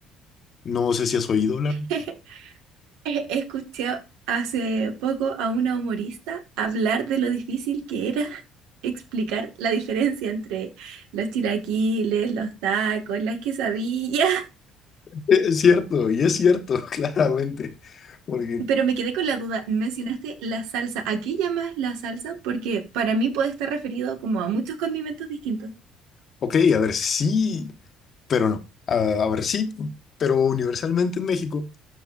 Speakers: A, on the left (about 40°); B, on the right (about 85°).
A: No sé si has oído hablar.
B: <laughs> Eh, Escuché hace poco a una humorista hablar de lo difícil que era <laughs> explicar la diferencia entre los chilaquiles, los tacos, las quesadillas.
A: Es cierto, y es cierto, <laughs> claramente. Porque
B: <laughs> Pero me quedé con la duda, mencionaste la salsa. ¿A qué llamas la salsa? Porque para mí puede estar referido como a muchos condimentos distintos.
A: Ok, a ver, sí, pero no. A, a ver, sí, pero universalmente en México,